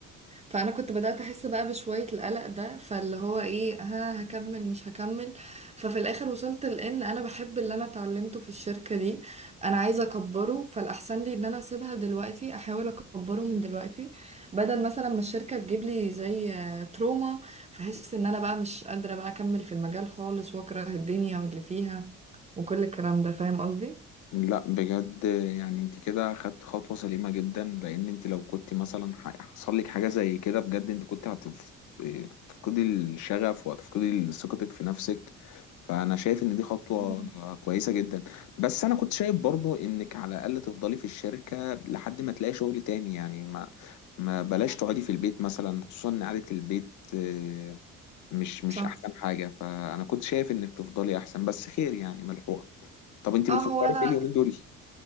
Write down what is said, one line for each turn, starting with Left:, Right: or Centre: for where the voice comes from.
Right: فانا كنت بدات احس بقى بشويه القلق ده فاللي هو ايه ها هكمل مش هكمل ففي الاخر وصلت لان انا بحب اللي انا اتعلمته في الشركه دي انا عايزه اكبره فالاحسن لي ان انا اسيبها دلوقتي احاول اكبره من دلوقتي بدل مثلا ما الشركه تجيب لي زي آه، تروما فحس ان انا بقى مش قادره بقى اكمل في المجال خالص واكره الدنيا واللي فيها وكل الكلام ده فاهم قصدي
Left: لا بجد يعني انت كده خدت خطوة سليمة جدا لان انت لو كنت مثلا ح- حصل لك حاجة زي كده بجد انت كنت هتف- هتفقدي الشغف وهتفقدي ثقتك في نفسك فانا شايف ان دي خطوة
Right: مم.
Left: كويسة جدا بس انا كنت شايف برضو انك على الاقل تفضلي في الشركة لحد ما تلاقي شغل تاني يعني ما ما بلاش تقعدي في البيت مثلا خصوصا ان قعدة البيت آه، مش مش
Right: صح
Left: احسن حاجة فانا كنت شايف انك تفضلي احسن بس خير يعني ملحوقة طب انت بتفكري
Right: اه هو انا
Left: في ايه اليومين دول